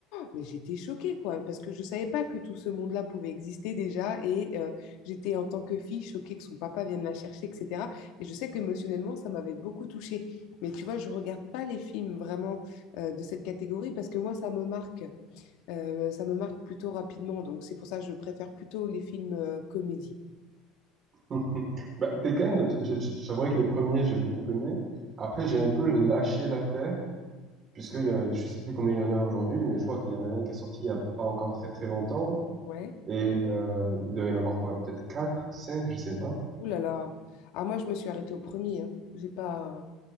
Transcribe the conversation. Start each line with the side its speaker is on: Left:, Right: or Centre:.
Left: Mais j'étais choquée, quoi, parce que je ne savais pas que tout ce monde-là pouvait exister déjà. Et euh, j'étais en tant que fille choquée que son papa vienne la chercher, etc. Et je sais qu'émotionnellement, ça m'avait beaucoup touchée. Mais tu vois, je ne regarde pas les films vraiment euh, de cette catégorie parce que moi, ça me marque. Euh, ça me marque plutôt rapidement. Donc, c'est pour ça que je préfère plutôt les films euh, comédie.
Right: <laughs> Bah, Tekken, je, je, je t'avouerai que les premiers, j'ai beaucoup aimé. Après, j'ai un peu lâché l'affaire, puisque il y a, je sais plus combien il y en a aujourd'hui, mais je crois qu'il y en a un qui est sorti il y a pas encore très très longtemps.
Left: Ouais.
Right: Et euh, il doit y en avoir quoi? Peut-être 4, 5, je sais pas.
Left: Ouh là là. Ah, moi, je me suis arrêtée au premier. Hein. J'ai pas,